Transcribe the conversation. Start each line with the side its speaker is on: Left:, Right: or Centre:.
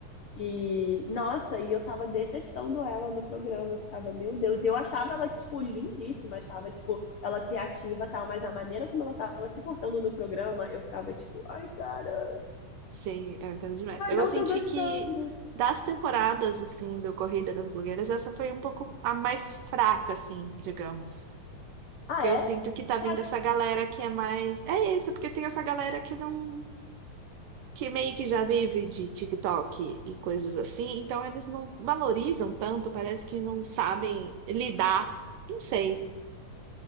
Left: E, nossa, e eu tava detestando ela no programa. Eu ficava, meu Deus. E eu achava ela, tipo, lindíssima. Achava, tipo, ela criativa e tal. Mas a maneira como ela tava se portando no programa, eu ficava, tipo, ai, cara.
Right: sim, eu entendo demais.
Left: Ai,
Right: Eu
Left: não
Right: senti
Left: tô gostando.
Right: que das temporadas, assim, do Corrida das Blogueiras, essa foi um pouco a mais fraca, assim, digamos.
Left: Ah,
Right: Que
Left: é?
Right: eu sinto que tá vindo
Left: Já-
Right: essa galera que é mais. É isso, porque tem essa galera que não. que meio que já vive de TikTok e coisas assim, então eles não valorizam tanto, parece que não sabem lidar. Não sei.